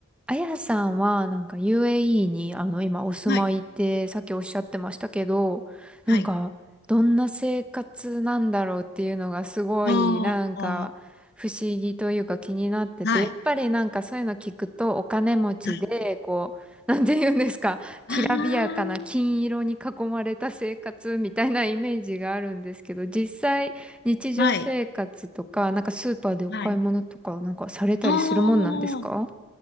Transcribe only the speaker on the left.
はい。
はい。
ああ
はい。
はい。
あ
あ、はい。
はい。
ああ、